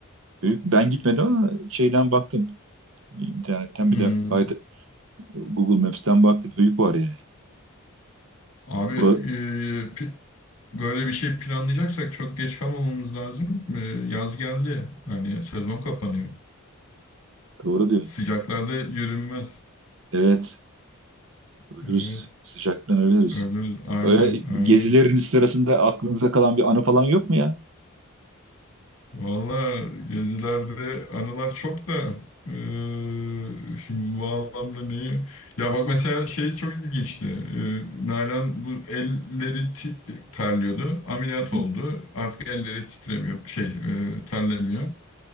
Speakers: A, on the right; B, on the left.
A: Höyük, ben gitmedim ama şeyden baktım. İnternetten
B: Hı.
A: bir de ayda- Google Maps'ten baktım. Höyük var yani.
B: Abi
A: Bura,
B: e, pi- böyle bir şey planlayacaksak çok geç kalmamamız lazım. E, yaz geldi. Yani sezon kapanıyor.
A: doğru diyor.
B: Sıcaklarda yürünmez.
A: Evet. Ölürüz.
B: Evet.
A: Sıcaktan ölürüz.
B: Öyle, aynen
A: Öyle
B: aynen.
A: gezilerin sırasında aklınıza kalan bir anı falan yok mu ya?
B: Valla gezilerde anılar çok da eee, şimdi bu anlamda neyi? Ya bak mesela şey çok ilginçti. Eee Nalan bu elleri ti- terliyordu. Ameliyat
A: Hı
B: oldu.
A: hı.
B: Artık elleri titremiyor. Şey eee, terlemiyor.